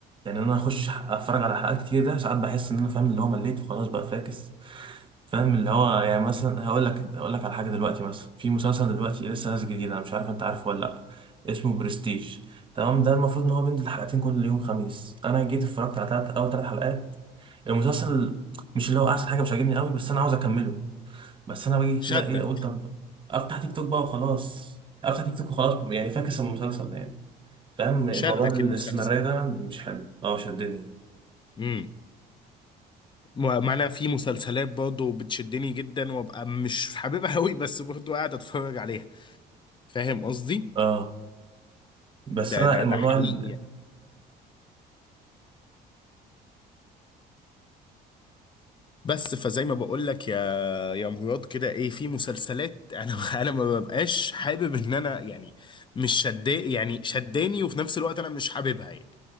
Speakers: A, on the right; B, on the left.
A: يعني إن أنا أخش أتفرج على حلقات كتير ده ساعات بحس إن أنا فاهم اللي هو مليت وخلاص بقى فاكس فاهم اللي هو يعني مثلا هقول لك هقول لك على حاجة دلوقتي مثلا في مسلسل دلوقتي لسه نازل جديد أنا مش عارف أنت عارفه ولا لأ اسمه برستيج تمام ده المفروض إن هو بينزل حلقتين كل يوم خميس أنا جيت اتفرجت على تلات أول تلات حلقات المسلسل مش اللي هو أحسن حاجة مش عاجبني قوي بس أنا عاوز أكمله بس انا باجي
B: شدك
A: كده ايه اقول طب افتح تيك توك بقى وخلاص افتح تيك توك وخلاص يعني فاكس المسلسل ده يعني فاهم الموضوع
B: شدك
A: الاستمرارية
B: المسلسل
A: ده عندي مش حلو اه شدني
B: امم ما انا في مسلسلات برضه بتشدني جدا وابقى مش حاببها قوي بس برضه قاعد اتفرج عليها فاهم قصدي
A: اه بس
B: ده
A: انا
B: ده
A: الموضوع
B: ده حقيقي
A: ال...
B: يعني بس فزي ما بقول لك يا مراد كده ايه في مسلسلات انا <laughs> انا ما ببقاش حابب ان انا يعني مش شدا يعني شداني وفي نفس الوقت انا مش حاببها يعني